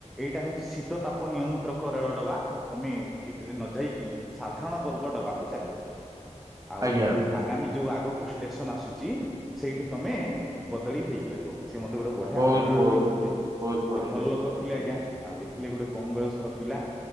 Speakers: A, in the centre; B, on the right (about 25°).
A: ଏଇଟା ହଉଛି ଶୀତ ତାପ ନିୟନ୍ତ୍ରକ ରେଳ ଡବା ତମେ ଏଇଠରେ ନ ଯାଇକି ସାଧାରଣ ବର୍ଗ ଡବାକୁ ଚାଲିଯାଅ ଆଉ
B: ଆଜ୍ଞା
A: ଆଗାମୀ ଯୋଉ ଆଗକୁ ଷ୍ଟେସନ ଆସୁଛି ସେଇଠି ତମେ ବଦଳି ହେଇପାରିବ ସେ ମତେ ଗୋଟେ ବଢିଆ
B: ବହୁତ
A: ପ୍ରେରଣା
B: ବହୁତ
A: ଦେଇଥିଲେ
B: ବହୁତ
A: ସେ
B: ବଢିଆ
A: ଭଲ
B: ଆଜ୍ଞା।
A: ଲୋକ ଥିଲେ ଆଜ୍ଞା ଆଉ ଦେଖିଲେ ଗୋଟେ କମ ବୟସର ପିଲା